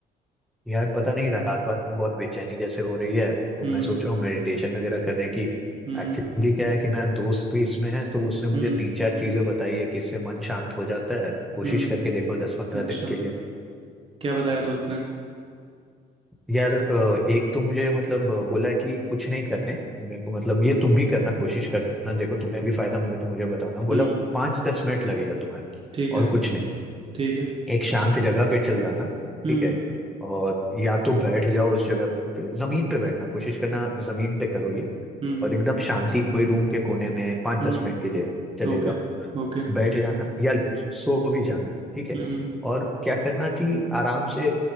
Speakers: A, in the centre; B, on the right.
A: यार पता नहीं रात रात में बहुत बेचैनी जैसे हो रही है तो
B: हम्म
A: मैं सोच रहा हूँ मेडिटेशन वगैरह करने की
B: हम्म
A: एक्चुअली क्या है कि मेरा दोस्त भी इसमें है तो उसने मुझे
B: हम्म
A: तीन चार चीजें बताई है कि इससे मन शांत हो जाता है कोशिश
B: हम्म
A: करके देखो दस पंद्रह
B: अच्छा
A: दिन के
B: क्या बताया
A: लिए
B: दोस्त ने
A: यार अ, एक तो मुझे मतलब अ, बोला कि कुछ नहीं करने मेरे को मतलब ये तुम भी करना कोशिश करना देखो तुम्हें भी फायदा मिले तो मुझे बताना
B: हम्म
A: बोला पाँच
B: हम्म,
A: दस मिनट लगेगा तुम्हारे
B: ठीक है
A: और कुछ नहीं
B: ठीक है
A: एक शांत जगह पे चल जाना
B: हम्म
A: ठीक है और या तो बैठ जाओ उस जगह पे जमीन पे बैठना कोशिश करना जमीन पे करो ये
B: हम्म
A: और एकदम शांति कोई रूम के कोने में पाँच
B: हम्म
A: दस मिनट के लिए चले
B: ओके
A: जाओ
B: ओके
A: बैठ जाना या सो भी जाना ठीक है
B: हम्म हम्म,
A: और क्या करना कि आराम से